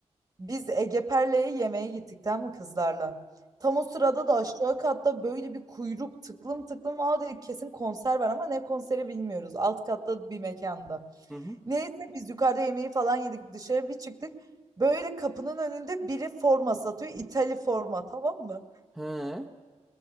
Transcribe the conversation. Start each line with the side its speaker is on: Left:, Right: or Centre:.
Right: Biz Ege Perle'ye yemeğe gittik tamam mı kızlarla? Tam o sırada da aşağı katta böyle bir kuyruk tıklım tıklım. Aa dedik kesin konser var ama ne konseri bilmiyoruz. Alt katta bir mekanda.
Centre: Hı hı.
Right: Neyse biz yukarıda yemeği falan yedik dışarı bir çıktık. Böyle kapının önünde biri forma satıyor. İtali forma tamam mı?
Centre: He.